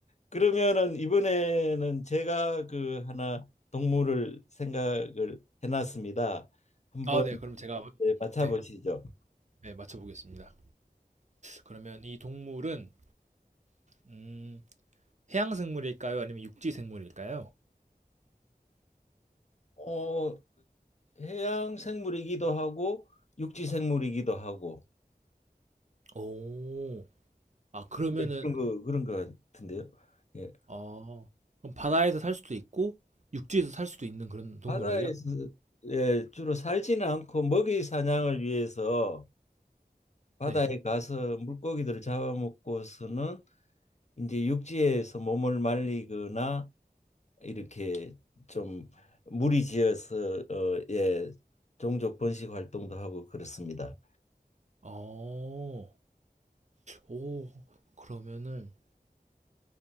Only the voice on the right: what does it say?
아 네. 그럼 제가
네. 네 맞춰 보겠습니다. 그러면 이 동물은 음 해양 생물일까요? 아니면 육지 생물일까요?
오. 아 그러면은
어 그럼 바다에서 살 수도 있고 육지에서 살 수도 있는 그런 동물이에요?
네.
어. 오. 그러면은